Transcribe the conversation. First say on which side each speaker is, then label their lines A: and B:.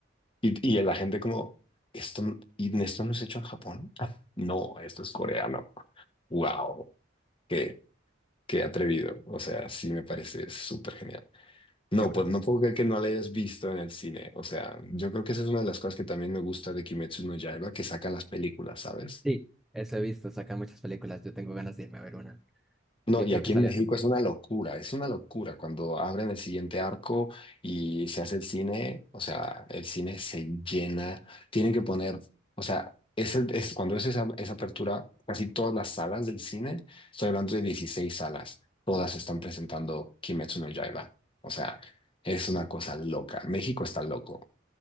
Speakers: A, on the left; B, in the centre.
A: Y, y la gente como, esto, n- y esto no es hecho en Japón. Ah, No, esto es coreano. Wow, qué, qué atrevido. O sea, sí me parece súper genial. No,
B: Qué bruto.
A: pues no puedo creer que no la hayas visto en el cine. O sea, yo creo que esa es una de las cosas que también me gusta de Kimetsu no Yaiba, que sacan las películas, ¿sabes?
B: Sí, eso he visto, sacan muchas películas. Yo tengo ganas de irme a ver una,
A: No,
B: que
A: y
B: creo
A: aquí
B: que salió
A: en México
B: hace poco.
A: es una locura, es una locura cuando abren el siguiente arco y se hace el cine, o sea, el cine se llena, tienen que poner, o sea, es, el- es- cuando es esa, esa apertura, casi todas las salas del cine, estoy hablando de 16 salas, todas están presentando Kimetsu no Yaiba, o sea, es una cosa loca, México está loco.